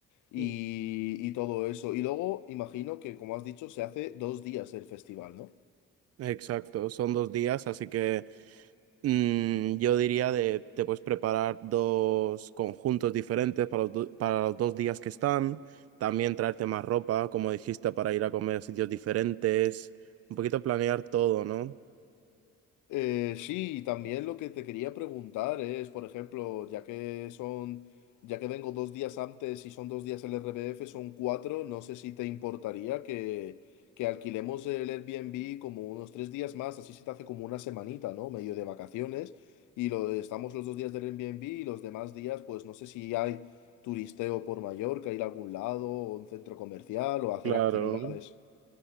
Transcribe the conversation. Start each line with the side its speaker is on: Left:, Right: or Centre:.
Left: y,
Right: Mm.
Left: y todo eso. Y luego, imagino que, como has dicho, se hace dos días el festival, ¿no?
Right: Exacto, son dos días, así que... Mm, yo diría de, te puedes preparar dos conjuntos diferentes para los, do- para los dos días que están. También traerte más ropa, como dijiste, para ir a comer a sitios diferentes. Un poquito planear todo, ¿no?
Left: Eh, sí, y también lo que te quería preguntar es, por ejemplo, ya que son, ya que vengo dos días antes y son dos días el RBF, son cuatro, no sé si te importaría que, que alquilemos el Airbnb como unos tres días más, así se te hace como una semanita, ¿no? Medio de vacaciones, y lo, estamos los dos días del Airbnb y los demás días, pues no sé si hay turisteo por Mallorca, ir a algún lado, o un centro comercial, o hacer
Right: Claro.
Left: actividades.